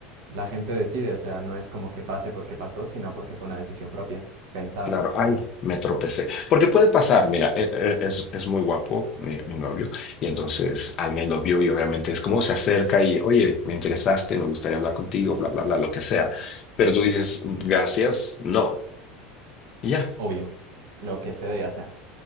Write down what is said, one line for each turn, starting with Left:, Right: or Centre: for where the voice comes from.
Right: la gente decide, o sea, no es como que pase porque pasó, sino porque fue una decisión propia, pensada,
Left: Claro, ay, me tropecé. Porque puede pasar, mira, e- e- es, es muy guapo mi, mi novio, y entonces alguien lo vio y obviamente es como se acerca y, oye, me interesaste, me gustaría hablar contigo, bla, bla, bla, lo que sea. Pero tú dices, gracias, no, y ya.
Right: obvio, lo que se debe hacer.